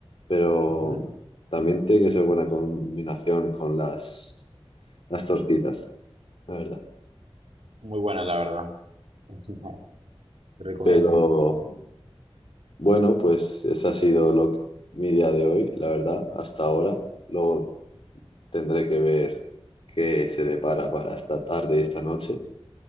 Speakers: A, on the left (about 60°); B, on the right (about 70°).
A: Pero
B: Ujú.
A: también tiene que ser buena combinación con las, las tortitas, la verdad.
B: Muy buena, la verdad. <laughs> Te recomiendo.
A: Pero... Bueno, pues ese ha sido lo que- mi día de hoy, la verdad, hasta ahora. Luego tendré que ver qué se depara para esta tarde, y esta noche.